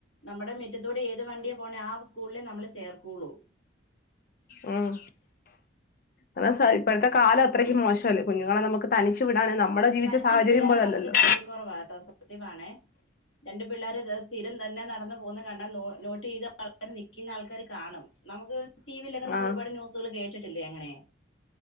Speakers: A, on the left; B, on the left.
A: നമ്മുടെ മിറ്റത്തൂടെ ഏത് വണ്ടിയെ പോണേ ആ സ്കൂളിലെ നമ്മള് ചേർക്കോള്ളൂ
B: ഉം അത് സാ ഇപ്പഴത്തെ കാലം അത്രക്ക് മോശവല്ലെ കുഞ്ഞുങ്ങളെ നമുക്ക് തനിച്ചു വിടാൻ നമ്മള് ജീവിച്ച
A: തനിച്ചു
B: സാഹചര്യം
A: വിടാനും
B: പോലല്ലല്ലോ
A: നമുക്ക് ധൈര്യം കുറവാട്ടോ സത്യമാണേ രണ്ടു പിള്ളേര് ത സ്ഥിരം തന്നെ നടന്നു പോകുന്നത് കണ്ടാ നോ നോട്ട് ചെയ്ത് ആൾക്കാര് നിൽക്കുന്ന ആൾക്കാര് കാണും നമുക്ക് ടി വിയിലൊക്കെ നമ്മള്
B: ആഹ്
A: ഒരുപാട് ന്യൂസുകൾ കേട്ടിട്ടില്ലേ അങ്ങനെ